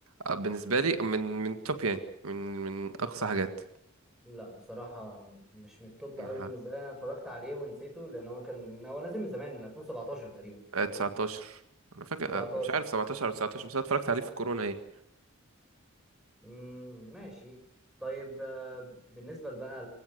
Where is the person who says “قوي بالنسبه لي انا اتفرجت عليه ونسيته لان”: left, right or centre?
Centre